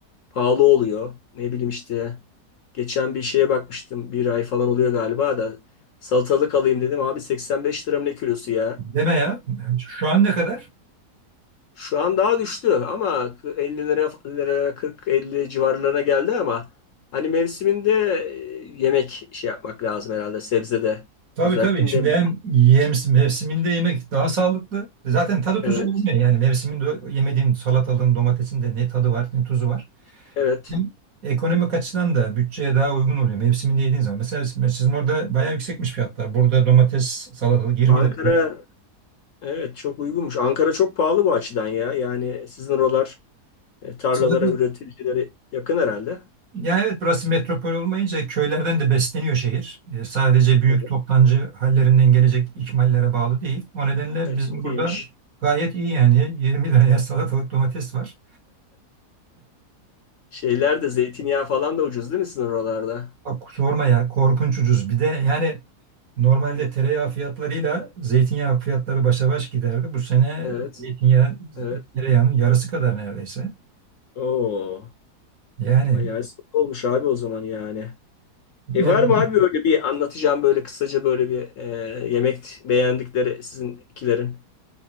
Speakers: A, on the left; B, on the right.
A: pahalı oluyor. Ne bileyim işte. Geçen bir şeye bakmıştım. Bir ay falan oluyor galiba da. Salatalık alayım dedim. Abi 85 lira mı ne kilosu ya?
B: Deme ya. Yani Şu an ne kadar?
A: Şu an daha düştü ama 50'lere 50'lere kırk elli civarlarına geldi ama hani mevsiminde e, yemek şey yapmak lazım herhalde sebzede.
B: Tabii
A: Özellikle
B: tabii. Şimdi
A: dem
B: hem yem, mevsiminde yemek daha sağlıklı. Zaten tadı tuzu
A: evet.
B: bulmuyor. Yani mevsiminde yemediğin salatalığın, domatesin de ne tadı var ne tuzu var.
A: Evet.
B: Hem ekonomik açıdan da bütçeye daha uygun oluyor. Mevsiminde yediğin zaman. Mesela siz- sizin orada bayağı yüksekmiş fiyatlar. Burada domates, salatalık 20
A: Ankara
B: lira.
A: evet çok uygunmuş. Ankara çok pahalı bu açıdan ya. Yani sizin oralar e, tarlalara,
B: Sadece,
A: üreticilere yakın herhalde.
B: yani evet burası metropol olmayınca köylerden de besleniyor şehir. E, sadece büyük
A: Evet.
B: toptancı hallerinden gelecek ikmallere bağlı değil. O nedenle
A: Evet,
B: bizim
A: çok
B: burada
A: iyiymiş.
B: gayet iyi yani. 20 liraya salatalık domates var.
A: Şeyler de zeytinyağı falan da ucuz değil mi sizin oralarda?
B: Bak sorma ya korkunç ucuz. Bir de yani normalde tereyağı fiyatlarıyla zeytinyağı fiyatları başa baş giderdi. Bu sene
A: Evet.
B: zeytinyağı
A: Evet.
B: tereyağının yarısı kadar neredeyse.
A: Oo.
B: Yani,
A: Bayağı sıkı olmuş abi o zaman yani. E
B: yani
A: var mı abi böyle bir anlatacağım böyle kısaca böyle bir e, yemek beğendikleri sizin ikilerin?